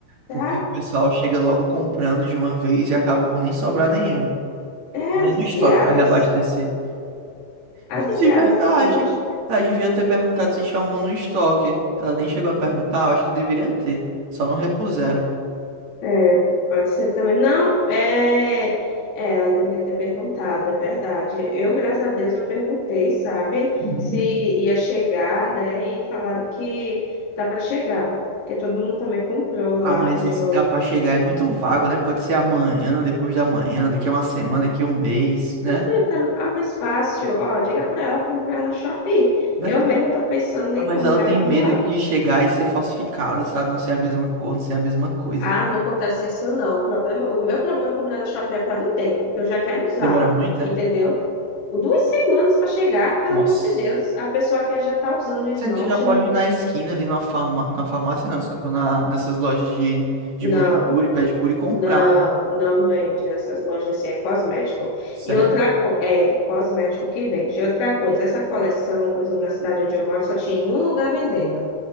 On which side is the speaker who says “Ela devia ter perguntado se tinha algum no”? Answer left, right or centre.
Right